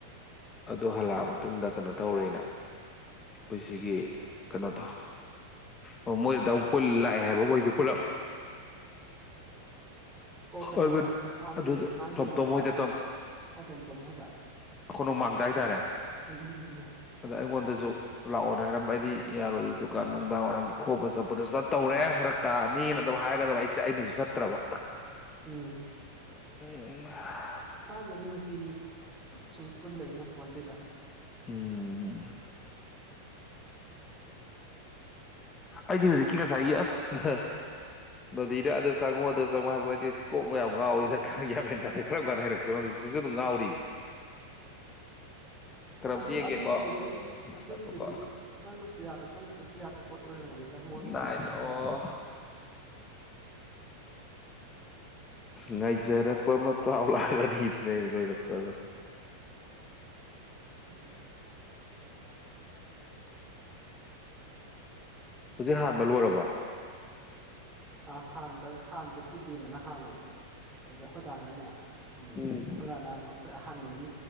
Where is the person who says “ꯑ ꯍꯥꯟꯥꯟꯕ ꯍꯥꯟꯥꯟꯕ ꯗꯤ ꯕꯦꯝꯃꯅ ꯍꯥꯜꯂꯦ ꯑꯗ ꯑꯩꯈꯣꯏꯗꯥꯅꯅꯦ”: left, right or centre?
Right